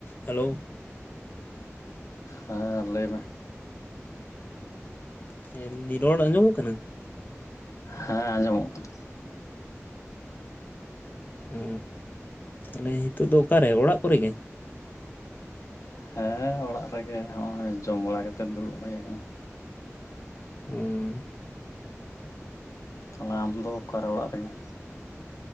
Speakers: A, on the left; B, on the left.
A: Hello
B: ᱦᱮᱸ ᱞᱟᱹᱭ ᱢᱮ
A: <unintelligible> ᱨᱚᱲ ᱟᱸᱡᱚᱢᱚᱜ ᱠᱟᱱᱟ
B: ᱦᱮᱸ ᱟᱸᱡᱚᱢᱚᱜ ᱠᱟᱱᱟ᱾
A: ᱚᱻ ᱛᱟᱦᱚᱞᱮ ᱱᱤᱛᱚᱜ ᱫᱚ ᱚᱠᱟᱨᱮ ᱚᱲᱟᱜ ᱠᱚᱨᱮ ᱜᱮ?
B: ᱦᱮᱸ ᱚᱲᱟᱜ ᱨᱮᱜᱮ ᱦᱚᱜᱼᱚᱭ ᱡᱚᱢ ᱵᱟᱲᱟ ᱠᱟᱛᱮᱫ ᱫᱩᱲᱩᱵ ᱦᱩᱭ ᱦᱟᱠᱟᱱᱟ᱾
A: ᱦᱩᱸ
B: ᱛᱟᱦᱚᱞᱮ ᱟᱢᱫᱚ ᱚᱠᱟᱨᱮ ᱚᱲᱟᱜ ᱨᱮᱜᱮ